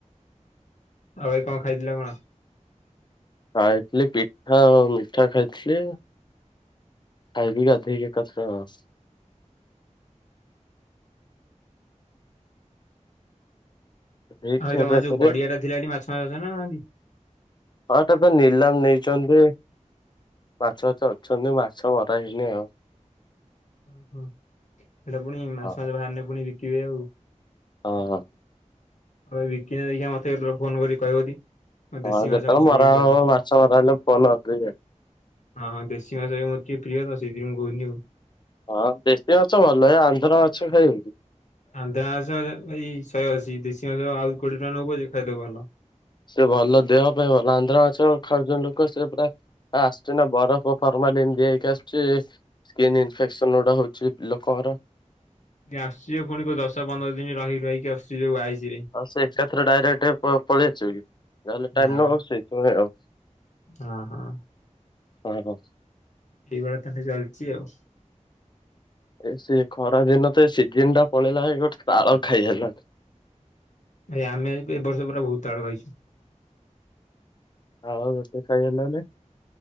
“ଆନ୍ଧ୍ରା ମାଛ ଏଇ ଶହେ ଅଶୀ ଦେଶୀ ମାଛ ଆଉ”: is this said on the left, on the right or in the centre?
Left